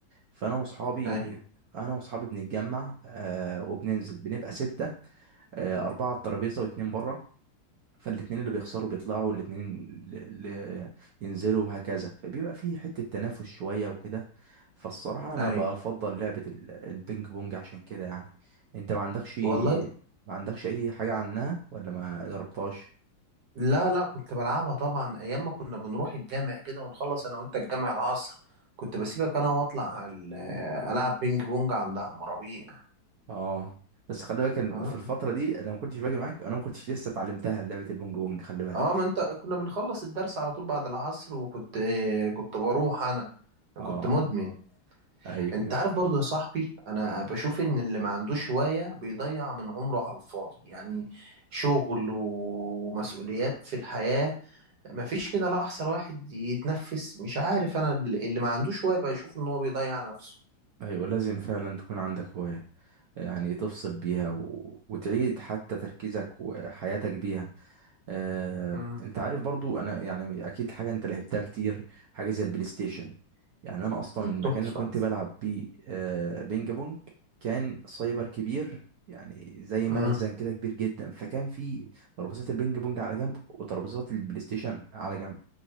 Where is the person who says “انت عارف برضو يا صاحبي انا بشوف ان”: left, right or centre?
Right